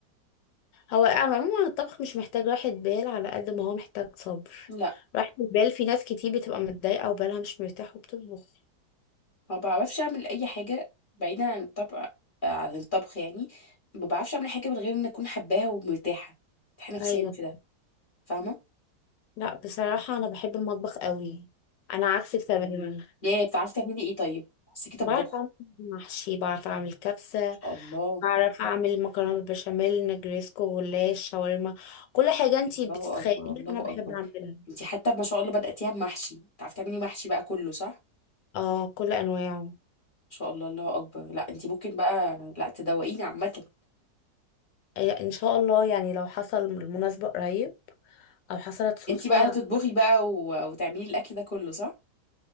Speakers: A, on the left; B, on the left.
A: هو على العموم الطبخ مش محتاج راحة بال على قد ما هو محتاج صبر
B: لا
A: راحة البال في ناس كتير بتبقى متضايقة وبالها مش مرتاح وبتطبخ
B: ما بعرفش اعمل اي حاجه بعيدا عن الطبخ آه، عن الطبخ يعني ما بعرفش اعمل حاجه من غير ان اكون حباها ومرتاحه مرتاحه نفسيا
A: أيوة
B: في ده فاهمه
A: لا بصراحة أنا بحب المطبخ قوي أنا عكسك تماما
B: يا بتعرفي تعملي ايه طيب حسيتي طباخه
A: بعرف أعمل
B: ما
A: محشي بعرف أعمل كبسة
B: شاء الله
A: بعرف أعمل مكرونة بالبشاميل نجريسكو غلاش شاورما كل حاجة أنتي
B: الله
A: بتتخيليها
B: اكبر الله
A: أنا
B: اكبر
A: بحب أعملها
B: انتي حتى ما شاء الله بدأتيها بمحشي بتعرفي تعملي محشي بقى كله صح
A: اه كل أنواعه
B: شاء الله الله اكبر لا انت ممكن بقى لا تدوقيني عامه
A: إيه، إن شاء الله يعني لو حصل المناسبة قريب أو حصلت صدفة
B: انت بقى تطبخي بقى و... وتعملي الاكل ده كله صح